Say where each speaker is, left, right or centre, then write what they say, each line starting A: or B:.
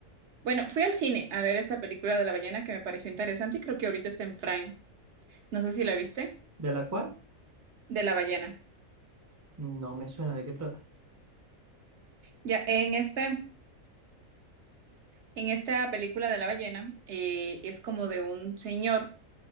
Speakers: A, on the right; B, on the right.
A: bueno, fui al cine a ver esta película de la ballena que me pareció interesante y creo que ahorita está en Prime. No sé si la viste,
B: ¿De la cual?
A: de la ballena.
B: No me suena de qué trata.
A: Ya, en este En esta película de la ballena eh, es como de un señor